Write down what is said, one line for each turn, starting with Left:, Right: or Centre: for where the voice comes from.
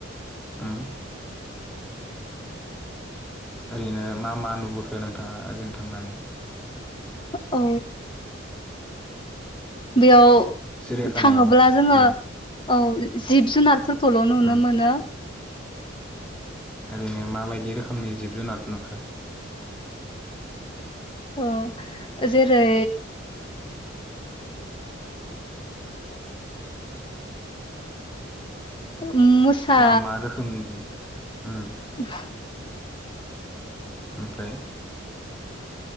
Centre: उम। ओरैनो मा मा नुबोखो नोंथाङा? ओजों थांनानै।
Left: औ। बेयाव
Centre: सिरियाखानायाव
Left: थाङोब्ला जोङो।
Centre: उम
Left: औ जिब जुनार फोरखौल नुनो
Centre: उम
Left: मोनो।
Centre: ओरैनो माबायदि रोखोमनि जिब जुनार नुखो?
Left: अ जेरै उ मोसा।
Centre: मा मा रोखोमनि
Left: <unintelligible>
Centre: उम ओमफ्राय